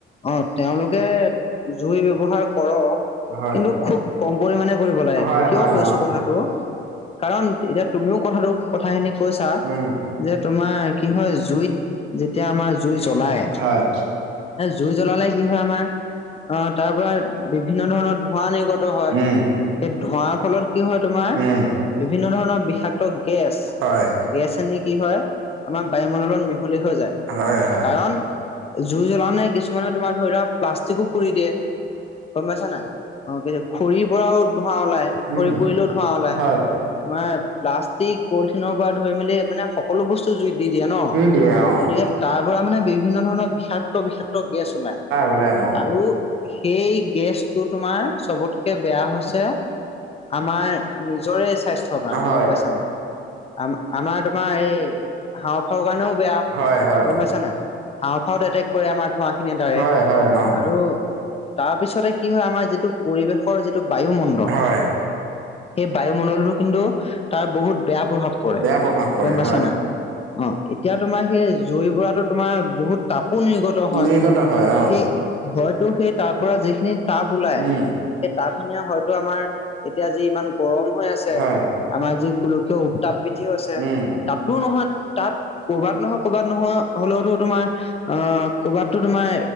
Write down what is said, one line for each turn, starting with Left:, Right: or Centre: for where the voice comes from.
Left: অ তেওঁলোকে জুই ব্যৱহাৰ কৰক।
Right: হয়
Left: কিন্তু খুব কম পৰিমমানে কৰিব লাগে কিয়
Right: হয় হয়
Left: কৈছো
Right: অ'
Left: কথাটো। কাৰণ এতিয়া তুমিও কথাটো কথাখিনি কৈছা
Right: উম।
Left: যে। তোমাৰ কি হয় জুইত যেতিয়া আমাৰ জুই জ্বলাই,
Right: হয়,
Left: জুই জ্বলালে কি হয় আমাৰ আহ তাৰ পৰা বিভিন্ন ধৰণৰ ধোঁৱা নিৰ্গত হয়।
Right: উম,
Left: সেই ধোৱাৰ ফলত কি হয় তোমাৰ
Right: উম,
Left: বিভিন্ন ধৰণৰ বিষাক্ত গেছ
Right: হয়,
Left: গেছখিনি কি হয় আমাৰ বায়ুমণ্ডলত মিহলি হৈ যায়
Right: হয়, হয়,
Left: কাৰণ জুই জ্বলাও নাই কিছুমানে তোমাৰ ধৰি লোৱা প্লাষ্টিকো পুৰি দিয়ে, গম পাইছা নাই? অ খৰি পৰাও ধোঁৱা ওলাই,
Right: উম,
Left: খৰি পুৰিলেও ধোঁৱা ওলায়।
Right: হয়,
Left: তোমাৰ প্লাষ্টিক পলিথিনৰ পৰা ধৰি মেলি মানে সকলো বস্তু জুইত দি দিয়ে ন।
Right: দিয়ে অ'।
Left: গতিকে তাৰ পৰা মানে বিভিন্ন ধৰণৰ বিষাক্ত বিষাক্ত গেছ ওলাই
Right: ওলাই অ',
Left: আৰু সেই গেছটো তোমাৰ চবতকে বেয়া হৈছে আমাৰ নিজ এ স্বাস্থ্যৰ কাৰণে
Right: হয়,
Left: গম পাইছা নাই? আম আমাৰ তোমাৰ এই হাঁওঁফওৰ কাৰণেও বেয়া
Right: হয়, হয়,
Left: গম পাইছা নাই? হাওফাওত এটেক কৰে আমাৰ ধোঁৱা খিনিয়ে ডাইৰেক্ট
Right: হয়, হয়, অ'।
Left: আৰু তাৰপিছতে কি হয় আমাৰ যিটো পৰিবেশৰ যিটো বায়ুমণ্ডল
Right: হয়,
Left: বায়ুমণ্ডলতো কিন্তু তাৰ বহুত বেয়া প্ৰভাৱ পৰে
Right: বেয়া প্ৰভাৱ পৰে
Left: গম পাইছা
Right: হয়,
Left: নাই? অ এতিয়া তোমাৰ সেই জুই কোৰাতো তোমাৰ বহুত তাপো নিৰ্গত হয়
Right: নিৰ্গত হয় অ',
Left: সেই হয়তো সেই তাৰ পৰা যি খিনি তাপ ওলাই
Right: উম,
Left: সেই তাপ খিনিয়ে হয়তো আমাৰ এতিয়া যি ইমান গৰম হৈ আছে
Right: হয়।
Left: আমাৰ যি গোলকীয় উত্তাপ বৃদ্ধি হৈছে
Right: উম।
Left: তাতো নহয় তাত কৰ'বাত নহয় কৰ'বাত নহয় হলেওতো তোমাৰ অ ক'ৰবাতো তোমাৰ